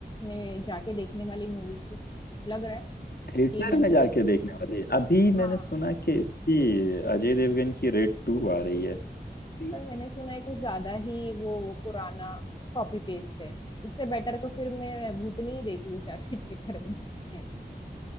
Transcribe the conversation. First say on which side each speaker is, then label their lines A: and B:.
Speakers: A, on the left; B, on the left.
A: में जाके देखने वाली मूवी कुछ लग रहा है
B: थिएटर
A: ये मंथ
B: में जाके
A: में कुछ
B: देखने वाली है। अभी मैंने
A: हाँ
B: सुना कि इसकी अजय देवगन की रेड टू आ रही है <laughs>
A: पर मैंने सुना है कुछ ज्यादा ही वो पुराना कॉपी पेस्ट है उससे बेटर तो फिर मैं भूतनी ही देख लूँ जाके थिएटर में